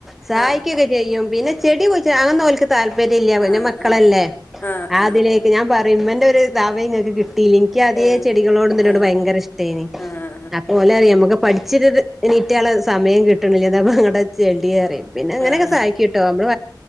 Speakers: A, in the centre; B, on the left (about 30°).
A: സായിക്കൊക്കെ
B: ആഹ്
A: ചെയ്യും പിന്നെ ചെടി കുഴിച് അ ക്ക് താല്പര്യം ഇല്ല പിന്നെ
B: ആഹ്
A: മക്കളല്ലേ
B: ആഹ് ആഹ്
A: ആതിലേക്ക്
B: ആഹ് ആഹ്
A: ഞാൻ പറയുമ്മന്റെ ഒരു താവയുംങ്ങക്ക് കിട്ട ലിക്ക് അതേ
B: ആഹ്
A: ചെടികളോട്തിനോട്
B: ഏഹ് ആഹ്
A: ഭയങ്കര ഇഷ്ടായിനി
B: ആഹ്
A: അപ്പോലറിയാമക്ക് പഠി ഇച്ചിരി എണീറ്റാല് സമയം കി കിട്ട്ന്നില്ലെന്ന് അങ്ങട്ടോചെല്ടിയ അരിയും അങ്ങനെയൊക്കെ
B: ആഹ് ആഹ് ആഹ്
A: സഹായിക്കു ട്ടോ നമ്മള്